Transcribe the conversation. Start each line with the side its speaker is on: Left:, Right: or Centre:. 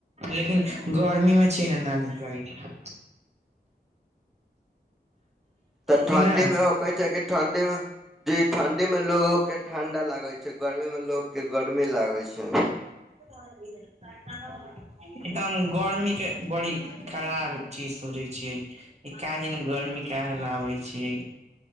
Right: लेकिन गर्मी मे छै ने, ना नीक लगै छै।
Centre: तऽ ठंडी
Right: कि न
Centre: में हो कहे छै, क ठंडी मे जी ठंडी में लोग के ठंडा लागे छै। गर्मीमे लोकके गरमी लागै छै।
Right: बै <unintelligible> एकदम गर्मी के बड़ी खराब चीज सोचै छियै। <unintelligible> एक कए दिन गर्मी क ल आबै छियै।